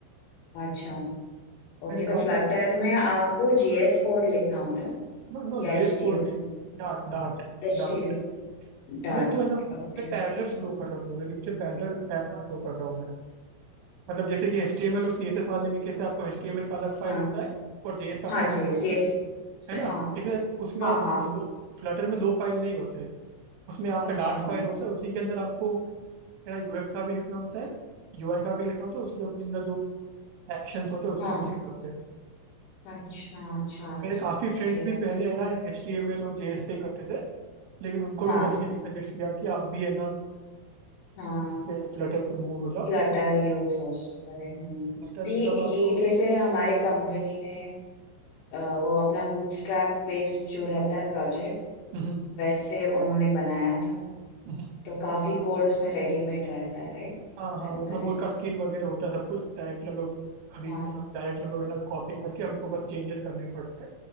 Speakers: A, on the left; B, on the right.
A: अच्छा ओके
B: मैंने
A: तो
B: काफ़ी
A: फ्लटर में आपको जेएस कोड लिखना होता है
B: नो नो
A: या H
B: जेएस
A: T
B: कोड
A: M
B: नहीं
A: L,
B: डार्ट डार्ट
A: H
B: डार्ट
A: T M dot
B: मैं तो है ना
A: Okay
B: मैं पैरेलल ड्रॉ कर रहा हूँ दोनों के बीच में पैरेलल पैरेलल ड्रॉ कर रहा हूँ मैं मतलब जैसे कि एचटीएमएल और सीएसएस वाले में कैसे आपको एचटीएमएल का अलग फाइल
A: हाँ
B: होता है और जेएस का
A: हाँ
B: फाइल
A: जी
B: अलग होता
A: सी एस
B: है है ना
A: हाँ
B: इसमें उसमें
A: हाँ हाँ
B: इसके दो फ्लटर में दो फाइल नहीं होते हैं उसमें आपका
A: अच्छा
B: डार्ट फाइल होता है उसी के अंदर आपको मेरा यूएक्स का भी लिखना होता है यूआई का भी लिखना होता है उसके अपने अंदर जो एक्शंस होते हैं उसके
A: हाँ
B: भी लिखने होते हैं
A: अच्छा अच्छा अच्छा
B: मेरे काफ़ी
A: ओके
B: फ्रेंड्स भी पहले है ना एचटीएमएल और जेएस पे करते थे लेकिन उनको
A: हाँ
B: भी मैंने यही सजेस्ट किया कि आप भी है ना
A: हाँ
B: के फ्लटर पे मूव हो जाओ
A: Flutter users अरे हम्म
B: फ्लटर
A: तो ये
B: मतलब आप
A: ये कैसे हमारे कंपनी ने अ, वो अपना बूटस्ट्रैप बेस्ड जो रहता है प्रोजेक्ट
B: हम्म,
A: वैसे उन्होंने बनाया था
B: हम्म,
A: तो काफी कोड उसमें रेडीमेड रहता है राइट
B: हाँ हाँ
A: बना
B: मतलब
A: बनाया
B: वो उनका स्किन वगैरह होता है सब कुछ डायरेक्ट हम लोग खरीदते
A: हाँ
B: हैं डायरेक्ट हम लोग है ना कॉपी करके हमको बस चेंजेस करने पड़ते हैं